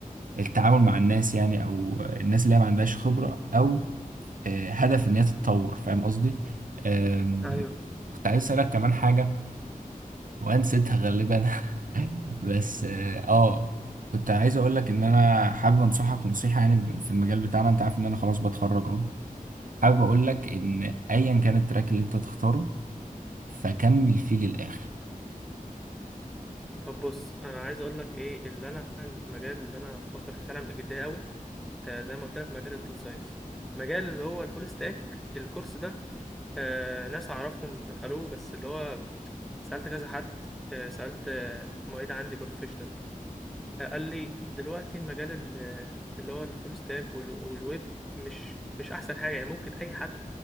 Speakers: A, on the right; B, in the centre.
A: التعامل مع الناس يعني او الناس اللي هي ما عندهاش خبرة او آه، هدف ان هي تتطور فاهم قصدي آم،
B: أيوه
A: كنت عايز اسالك كمان حاجة وانا نسيتها غالبا <laughs> بس اه آه، كنت عايز اقول لك ان انا حابب انصحك نصيحة يعني ب- في المجال بتاعنا انت عارف ان انا خلاص بتخرج اهو حابب اقول لك ان ايا كان التراك اللي انت تختاره فكمل فيه للاخر
B: طب بص أنا عايز أقول لك إيه اللي أنا المجال اللي أنا بفكر فيه فعلا بجدية أوي آه، زي ما قلت لك مجال الداتا ساينس مجال اللي هو الفول ستاك الكورس ده آه، ناس أعرفهم دخلوه بس اللي هو سألت كذا حد آه، سألت آه، معيد عندي بروفيشنال آه، قال لي دلوقتي مجال ال- آه، اللي هو الفول ستاك وال- والويب مش مش احسن حاجة يعني ممكن اي حد